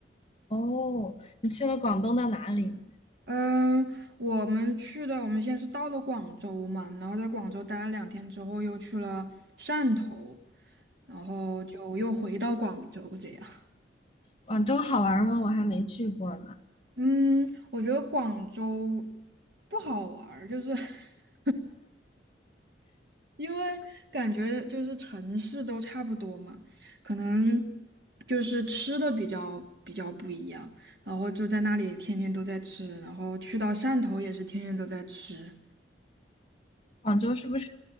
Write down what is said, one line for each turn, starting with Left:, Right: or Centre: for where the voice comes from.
Left: 哦，你去了广东的哪里？
Right: 嗯，我们去的，我们先是到了广州嘛，然后在广州待了两天之后，又去了汕头，然后就又回到广州这样。
Left: 广州好玩吗？我还没去过呢。
Right: 嗯，我觉得广州不好玩儿，就是 <laughs> 因为感觉就是城市都差不多嘛，可能就是吃的比较比较不一样，然后就在那里天天都在吃，然后去到汕头也是天天都在吃。
Left: 广州是不是